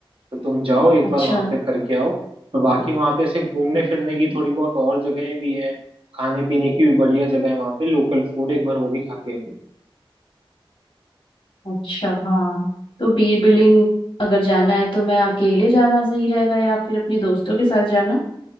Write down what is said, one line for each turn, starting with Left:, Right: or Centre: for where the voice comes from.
Right: तो तुम जाओ एक
Left: अच्छा
Right: बार वहां पे करके आओ और बाकी वहां पे ऐसे घूमने फिरने की थोड़ी बहुत और जगहें भी हैं खाने पीने की भी बढ़िया जगह है वहां पे लोकल फूड एक बार वो भी खा के आओ
Left: अच्छा हाँ तो बीर बिलिंग अगर जाना है तो मैं अकेले जाना सही रहेगा या फिर अपने दोस्तों के साथ जाना